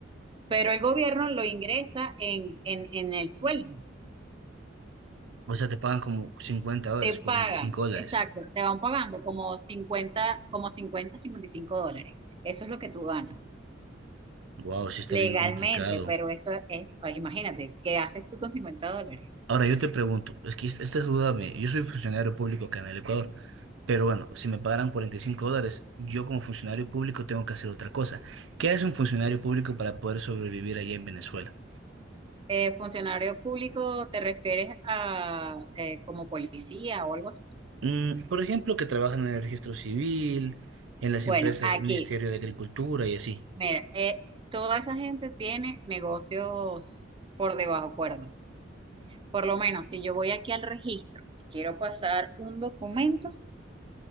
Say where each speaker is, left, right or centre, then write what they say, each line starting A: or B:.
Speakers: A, on the right; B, on the right.
A: pero el gobierno lo ingresa en, en, en el sueldo.
B: O sea, te pagan como 50 dólares,
A: Te
B: 45
A: pagan,
B: dólares.
A: exacto, te van pagando como cincuenta como cincuenta cincuenta y cinco dólares. Eso es lo que tú ganas
B: Wow, sí está
A: legalmente,
B: bien complicado.
A: pero eso es, ay, imagínate, ¿qué haces tú con cincuenta dólares?
B: Ahora yo te pregunto, es que es- esta es duda mía. Yo soy funcionario público acá en el Ecuador, pero bueno, si me pagaran 45 dólares, yo como funcionario público tengo que hacer otra cosa. ¿Qué hace un funcionario público para poder sobrevivir allá en Venezuela?
A: Eh, funcionario público, ¿te refieres a eh, como policía o algo así?
B: Mm, por ejemplo, que trabajan en el registro civil, en las
A: Bueno,
B: empresas,
A: aquí
B: Ministerio de Agricultura y así.
A: Mira, eh, toda esa gente tiene negocios por debajo cuerda. Por lo menos, si yo voy aquí al registro y quiero pasar un documento,